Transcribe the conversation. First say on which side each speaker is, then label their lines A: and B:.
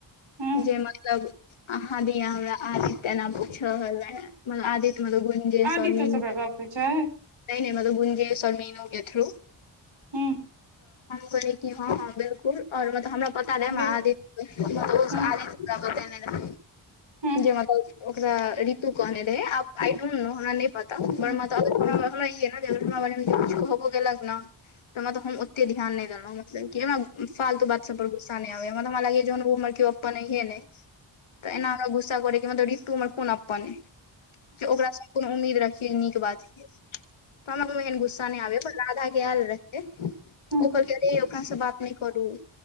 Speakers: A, on the right; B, on the left.
A: हूँ
B: जे मतलब अहाँ दिया हमरा आदी तेना पूछ रहल रहै म आदीत मल गुञजे
A: आदित्य
B: समी
A: सँ
B: नहि
A: ओकरा गप होइ छै
B: नहि मतलब गुनजे सर मीनू के थ्रू
A: हूँ
B: करै हँ हँ बिल्कुल आओर मतलब हमरा पता रहै
A: बेल
B: महादीप
A: हूँ
B: आ री ब
A: हूँ
B: जे म ओकरा ऋतु कहने रहे आब आई डोंट नो हमरा पता ने
A: हूँ
B: हमरा बार में किछ कहबो गेलक ने त तऽ हम ओते ध्यान नहि मतलब कि हमरा फालतू बात सब पर गुस्सा नहि आबैए हमरा त हमरा लागैए जेन ओ हमर केओ अपन अहे नहि तऽ एना हमरा गुस्सा कर क मत ऋतु कोन अपप्मने ओकरा कोनो उम्मीद रखिय नीक बात हमरा को गुस्सा नहि आबे राधा के आएल रहै
A: हूँ
B: ओ कहलक ओकरा से बात कि करू